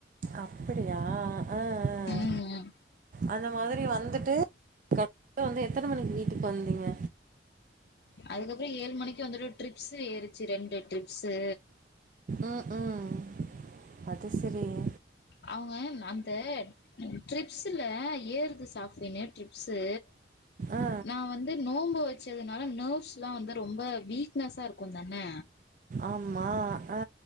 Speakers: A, on the right; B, on the left.
A: அப்புடியா ஆ ஆ
B: ம்
A: அந்த மாதிரி வந்துட்டு கட்டா வந்து எத்தன மணிக்கு வீட்டுக்கு வந்தீங்க
B: அதுக்கப்புறோ ஏழ் மணிக்கு வந்துட்டு ட்ரிப்ஸ்ஸு ஏறுச்சு ரெண்டு ட்ரிப்ஸ்ஸு
A: ம் ம் அது செரிங்
B: அவங்க அந்த ட்ரிப்ஸுல ஏறுது சாப்ட்வின்னு ட்ரிப்ஸ்ஸு
A: ஆ
B: நா வந்து நோம்பு வெ வெச்சதுனால நோவ்ஸ்தா வந்து ரொம்ப வீக்னஸ்ஸா இருக்குந்தான
A: ஆமா அ